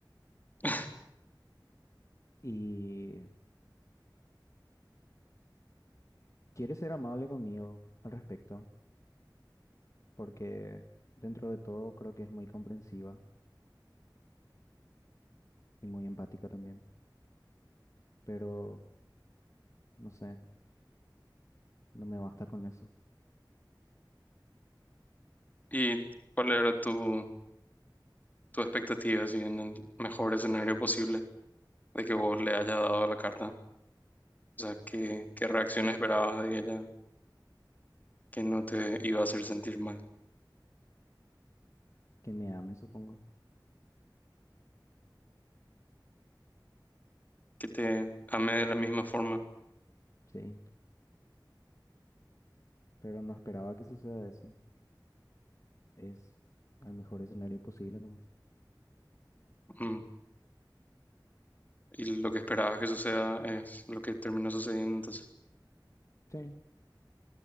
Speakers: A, on the left; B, on the left.
A: <laughs>
B: y quiere ser amable conmigo al respecto, porque dentro de todo creo que es muy comprensiva y muy empática también. pero no sé, no me basta con eso.
A: ¿Y cuál era tu, tu expectativa, así, en el mejor escenario posible de que vos le hayas dado la carta? O sea, ¿qué, qué reacción esperabas de ella que no te iba a hacer sentir mal?
B: Que me ame, supongo.
A: Que te ame de la misma forma.
B: Sí, pero no esperaba que suceda eso. Es al mejor escenario posible nomás.
A: Mm. Y lo que esperabas que suceda es lo que terminó sucediendo entonces.
B: Sí,